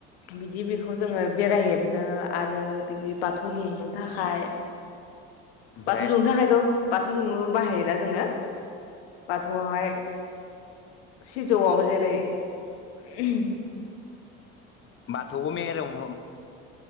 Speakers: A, on the left; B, on the left.
A: बिदि बेखौ जोङो बेरा हेबनो आरो बिदि बाथौ दुमनो थाखाय
B: ओमफ्राय
A: बाथौ दुमनो थाखायथ' बाथौ दुमनोबो बाहायोना जोङो बाथ'आवहाय सिजौआव जेरै <unintelligible>
B: बाथौबो मेरं